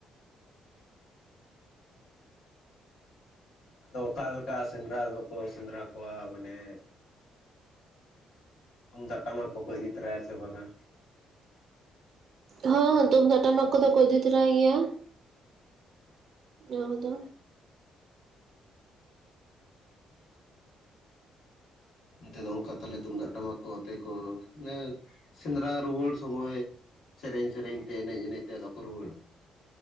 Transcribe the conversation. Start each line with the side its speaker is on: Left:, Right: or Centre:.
Left: ᱟᱫᱚ ᱚᱠᱟᱞᱮᱠᱟ ᱥᱮᱸᱫᱽᱨᱟ ᱫᱚᱠᱚ ᱥᱮᱸᱫᱽᱨᱟ ᱠᱚᱣᱟ ᱢᱟᱱᱮ ᱛᱩᱢᱫᱟᱜ ᱴᱟᱢᱟᱠ ᱠᱚᱠᱚ ᱤᱫᱤ ᱛᱚᱨᱟᱭᱟ ᱥᱮ ᱵᱟᱝᱟ
Right: ᱦᱳ ᱛᱩᱢᱫᱟᱜ ᱴᱟᱢᱟᱠ ᱠᱚ ᱫᱚᱠᱚ ᱤᱫᱤ ᱛᱚᱨᱟᱭ ᱜᱮᱭᱟ ᱚᱱᱟ ᱠᱚᱫᱚ
Left: ᱚᱱᱛᱮ ᱫᱚ ᱚᱱᱠᱟ ᱛᱟᱞᱮ ᱛᱩᱢᱫᱟᱜ ᱴᱟᱢᱟᱠ ᱠᱚ ᱛᱮ ᱠᱚ ᱮ ᱥᱮᱸᱫᱽᱨᱟ ᱨᱩᱣᱟᱹᱲ ᱥᱚᱢᱚᱭ ᱥᱮᱨᱮᱧ ᱥᱮᱨᱮᱧ ᱛᱮ ᱮᱱᱮᱡ ᱮᱱᱮᱡ ᱛᱮ ᱟᱫᱚ ᱠᱚ ᱨᱩᱣᱟᱹᱲᱟ